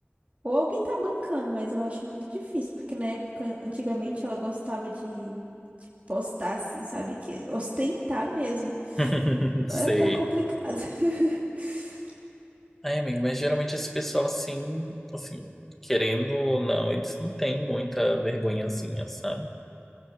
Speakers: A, on the right (about 35°); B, in the centre.
A: Ou alguém tá bancando, mas eu acho muito difícil, porque na época, antigamente, ela gostava de, de postar assim, sabe? Que ostentar mesmo.
B: <laughs>
A: Mas
B: Sei.
A: tá complicado. <laughs>
B: Ai, amigo, mas geralmente esse pessoal, assim, assim, querendo ou não, eles não têm muita vergonhazinha, sabe?